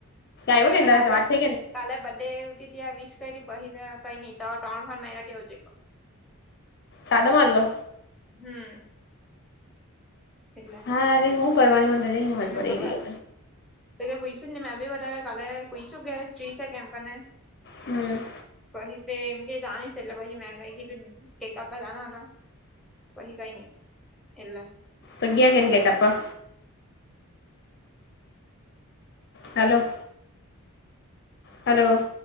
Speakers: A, on the left (about 50°); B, in the centre.
A: આવ્યો
B: મારા
A: કે તારી
B: કાલે
A: સાથે વાત થઈ કે
B: કાલે બ ડે ત્યાં વિશ કરી પછ કઈ તો ત્રણ ફણ મારા આવજ
A: સાદો
B: એટલે
A: મારલો
B: હમ એટલે
A: હા અરે હું કરવાની મ નહી ખજ
B: મને
A: પડી
B: ખબર
A: એલી
B: તો કે પૂઈશું ને મેં બી વધારે કાલે કઈશું કે ફ્રી છે કેમ કને
A: હમ
B: પછ તે એમ જાણી છે એટલે પછ મે કઈધું આપડે નાના હતા કોહી કઈ ન એટલે
A: પગયા કેન ગતાાપા હલો, હલો.